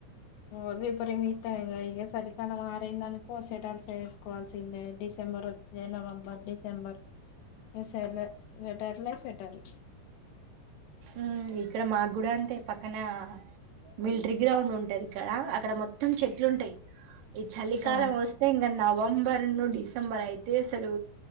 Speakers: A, on the left (about 75°); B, on the right (about 65°).
A: అదే పని మీత్తాయి ఇంకా చలి తాను మారింది అనుకో శెటర్స్ చేసుకోవాల్సి దీన్నే డిసెంబర్ ఏ నవం బర్ డిసెంబర్ నేను సైలెన్స్ వెట్టర్లే శెటర్
B: ఉ ఇక్కడ మాకు కూడా అంతే పక్కన మిలిటరీ గ్రౌండ్ ఉంటది ఇక్కడ అక్కడ మొత్తం చెట్లు ఉంటాయి ఈ చలికాలం
A: ఆ
B: వస్తే ఇంకా నా నవంబర్ ను డిసెంబర్ అయితే అసలు